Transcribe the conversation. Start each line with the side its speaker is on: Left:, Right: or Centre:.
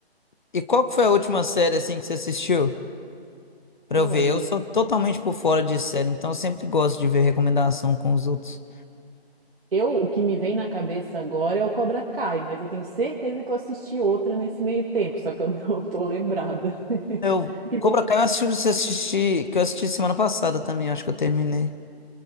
Left: E qual que foi a última série assim que você assistiu? Pra
Right: Olha.
Left: eu ver, eu sou totalmente por fora de série, então eu sempre gosto de ver recomendação com os outros.
Right: Eu, o que me vem na cabeça agora é o Cobra Kai, mas eu tenho certeza que eu assisti outra nesse meio tempo, só que eu <laughs> não tô lembrada. <laughs>
Left: Eu,
Right: E
Left: Cobra
Right: você-
Left: Kai eu assisti, eu assisti- que eu assisti semana passada também, acho que eu terminei.